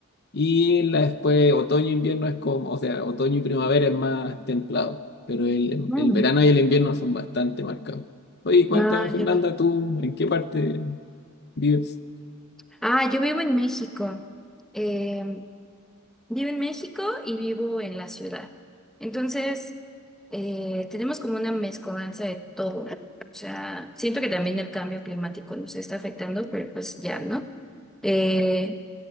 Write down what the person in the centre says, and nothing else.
Mm,
Ah,
yo, vi-
ah, yo vivo en México. Em, Vivo en México y vivo en la ciudad. Entonces, eh, tenemos como una mezcolanza de todo. O sea, siento que también el cambio climático nos está afectando, pero pues ya, ¿no? Eh,